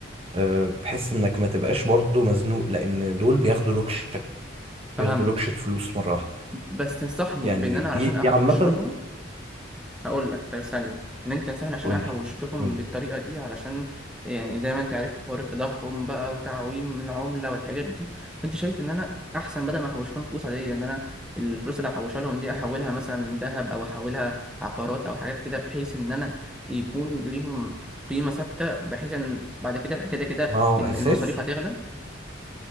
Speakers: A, on the right; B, in the centre.
A: آه، بحيث إنك ما تبقاش برضو مزنوق لأن دول بياخدوا لوكشة بياخدوا
B: فهمت
A: لوكشة فلوس مرة واحدة
B: بس تنصحني
A: يعني
B: بإن أنا
A: دي
B: علشان أحوش
A: دي عامة
B: لهم هقول لك طب ثانية إن أنت تنصحني عشان
A: قولي
B: أحوش لهم
A: قولي
B: بالطريقة دي علشان يعني زي ما أنت عارف حوار التضخم بقى وتعويم العملة والحاجات دي فأنت شايف إن أنا أحسن بدل ما أحوش لهم فلوس عادية إن أنا الفلوس اللي هحوشها لهم دي أحولها مثلا من ذهب أو أحولها عقارات أو حاجات كده بحيث إن أنا يكون ليهم قيمة ثابتة بحيث إن بعد كده كده كده
A: ما هو
B: المصاريف
A: أساسي
B: هتغلى